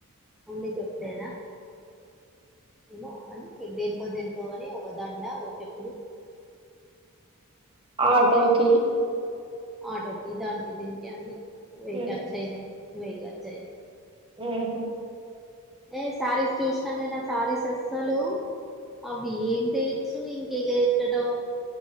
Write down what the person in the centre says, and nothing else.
ఓన్లీ చెప్పలేనా ఏమో అని దేనికో దేనికో పొని ఒక దండ ఒక చెప్పులు
అవే ఆటోకి దానికి దీనికి అన్ని వెయ్యి
ఖర్చయినాయి వెయ్య ఖర్చు అయినాయి
ఏ శారీస్ చూసినాం కానీ ఆ శారీస్ అసాలు అవి ఏం రేట్లు ఇంకా కే ఎక్కనో